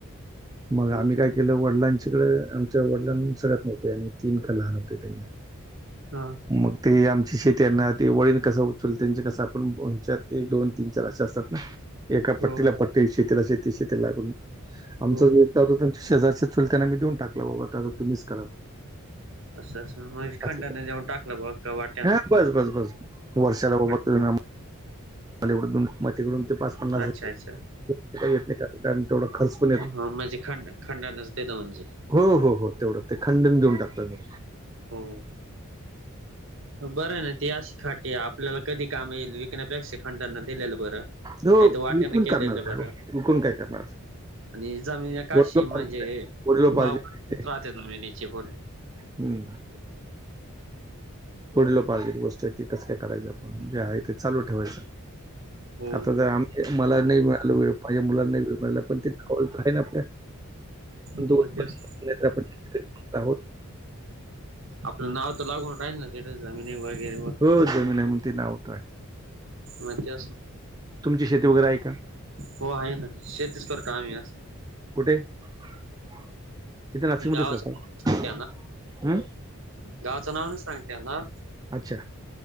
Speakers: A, on the right; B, on the right.
A: <inaudible> मग
B: हो
A: आम्ही काय
B: का
A: केलं वडिलांच्याकडें आमच्या वडलां सगळ्यात मोठे आणि तीन लहान होते त्यांना.
B: हा
A: मग ते आम शेतीना ते वळण कस उचल त्यांचे कस आपण हच्यात दोन तीन चार असशे असतात ना. एका
B: हो
A: पट्टीला पट्टी शेतीला शेती शेतीला लागून आमचा
B: हो
A: जो
B: हो
A: एक होत त्यांच्या शेजारच्या चुलत्यांना मी देऊन टाकला बाबा तुममिस करा.
B: असं असं म्हगजे खंडाने
A: असं केलं.
B: जाऊन टाकलं बघ. का वाट्यानं
A: हा बस बस वर्षाला बाबा
B: खंड
A: तुम्ही आम्हाला. मला एव मकडून ते पाच पन्नासजार
B: अच्छा अच्छा
A: येत नाही कारण तेवढा खर्च पण येत
B: हा हा म्हणजे खंड खंड नच देत म्हणजे.
A: हो हो हो तेवढं ते खंडन देऊन टाकतोय मी.
B: हो हो. बरं ना ती आच खाटी आपल्याला कधी काम येईल ण्यापेक्षा खंडना दिलेलं बरं
A: हो
B: नाही तर वाट्यान
A: विकून
B: केलेलं
A: करणार
B: बरं.
A: काय हो विकून काय करणार
B: आणि जमीन
A: वडिलोपार्जित
B: म्हणजे
A: आहे. वडिलोपार्जित
B: गवच
A: आहे ते.
B: राहते जमिनीची बोलली.
A: हम्म. वडिलो पारजीत गोष्ट आहे ती तस काय काढयची आपण जे आहे ते चालू ठेवायचं.
B: हो
A: आता आम्ही मला नाही मिळाल वेळ पाहिजे मुलाला नाही वेळ मिळाला पण ति कॉल होतं का नाही आपल्या. दूध
B: हो तेच.
A: पण नाहीतर आपण शेतकरी माणसं आहोत.
B: आपलं नाव तर लागून राहील ना ते जमिनी वगैरे व.
A: हो जमीन मग ते नावत आहे.
B: मत्यावस.
A: तुमची शेती वगैरे आहे का?
B: हो आहे ना शेतीच करतो आम्ही आस.
A: कुठे इतके नाशिक
B: नाही गावाचं
A: मध्येच करताय
B: सांगते
A: का.
B: ना गावाचं नाव नाही सांगते ना.
A: अच्छा